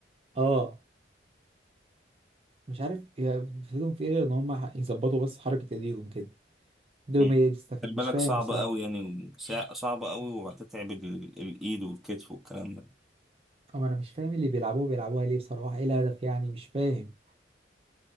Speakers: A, on the right; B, in the centre.
A: اه مش عارف هي فيهم في ايه غير ان هما يظبطوا بس حركة ايديهم كده ايديهم
B: مم.
A: هي اللي بتستفيد
B: خلي
A: مش
B: بالك
A: فاهم
B: صعبه
A: بصراحة
B: قوي يعني سع- صعبه قوي وهتتعب ال- الايد والكتف والكلام ده
A: طب انا مش فاهم اللي بيلعبوها بيلعبوها ليه بصراحه ايه الهدف يعني مش فاهم